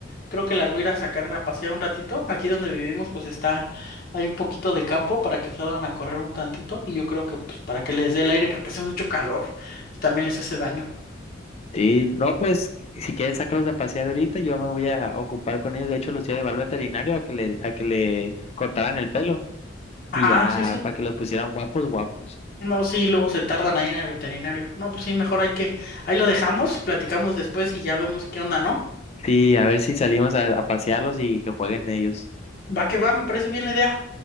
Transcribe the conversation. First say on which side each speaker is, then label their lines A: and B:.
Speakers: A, on the left; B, on the left.
A: creo que las voy a ir a sacar a pasear un ratito. Aquí donde vivimos, pues está, hay un poquito de campo para que salgan a correr un tantito y yo creo que, pues, para que les dé el aire porque hace mucho calor y también les hace daño.
B: Sí, no, pues si quieres sacarlos a pasear ahorita, yo me voy a ocupar con ellos. De hecho, los iba a llevar al veterinario a que le, a que le cortaran el pelo.
A: Ah,
B: Y ya,
A: sí, sí.
B: para que los pusieran guapos, guapos.
A: No, sí, luego se tardan ahí en el veterinario. No, pues sí, mejor hay que, ahí lo dejamos, platicamos después y ya vemos qué onda, ¿no?
B: Sí, a ver si salimos a, a pasearlos y que jueguen ellos.
A: Va que va, me parece bien la idea.